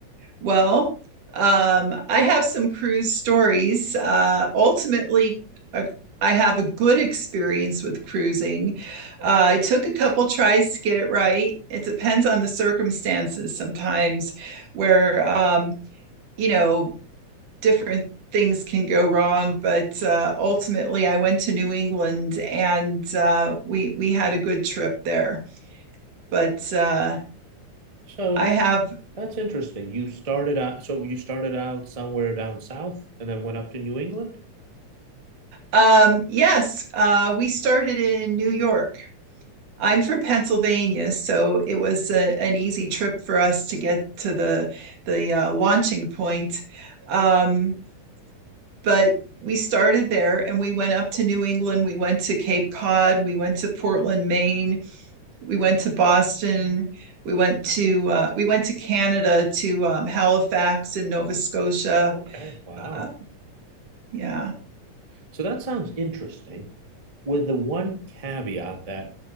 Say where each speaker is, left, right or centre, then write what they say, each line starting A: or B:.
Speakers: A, on the right; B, on the right.
A: Well, um, I have some cruise stories. Uh, ultimately, uh, I have a good experience with cruising. Uh, it took a couple tries to get it right. It depends on the circumstances sometimes, where um, you know different things can go wrong, but uh, ultimately I went to New England and uh, we we had a good trip there. But uh,
B: So,
A: I have
B: That's interesting. You started out, so you started out somewhere down south and then went up to New England?
A: um, yes, uh, we started in New York. I'm from Pennsylvania, so it was a, an easy trip for us to get to the the uh, launching point. Um, but we started there and we went up to New England. We went to Cape Cod. We went to Portland, Maine. we went to Boston. We went to uh, we went to Canada to um, Halifax and Nova Scotia.
B: Okay, wow.
A: Uh, yeah,
B: So that sounds interesting with the one caveat that